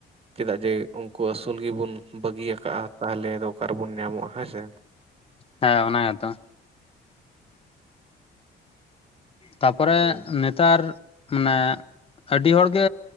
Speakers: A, on the right (about 30°); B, on the left (about 30°).
A: ᱪᱮᱫᱟᱜ ᱡᱮ ᱩᱝᱠᱩ ᱟᱹᱥᱩᱞ ᱜᱮᱵᱚᱱ ᱵᱟᱹᱜᱤᱭᱟ ᱠᱟᱟᱜᱼᱟ ᱛᱟᱦᱚᱞᱮ ᱫᱚ ᱚᱠᱟᱨᱮᱵᱚᱱ ᱧᱟᱢᱚᱜᱼᱟ ᱦᱮᱸ ᱥᱮ?
B: ᱦᱮᱸ ᱚᱱᱟ ᱜᱮᱛᱚ᱾ ᱛᱟᱯᱚᱨᱮ
A: ᱦᱩᱸ
B: ᱱᱮᱛᱟᱨ ᱢᱟᱱᱮ ᱟᱹᱰᱤ ᱦᱚᱲ ᱜᱮ